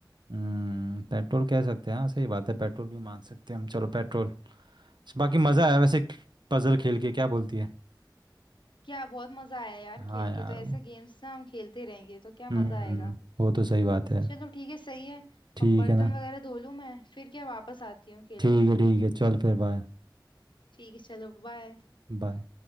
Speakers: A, on the right (about 65°); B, on the left (about 80°).
A: हम्म पेट्रोल कह सकते हैं हाँ सही बात है पेट्रोल भी मान सकते हैं हम चलो पेट्रोल बाकी मज़ा आया वैसे पजल खेल के क्या बोलती है
B: क्या बहुत मजा आया यार
A: हाँ
B: खेल
A: यार
B: के तो ऐसे
A: वो
B: गेम्स ना हम खेलते रहेंगे तो क्या
A: हम्म
B: मजा आएगा
A: वो तो सही बात है
B: चलो ठीक है सही है
A: ठीक
B: अब बर्तन
A: है ना
B: वगैरह धो लूँ मैं फिर क्या वापस आती हूँ खेलने
A: ठीक है ठीक है चल फिर बाय
B: ठीक है चलो बाय
A: बाय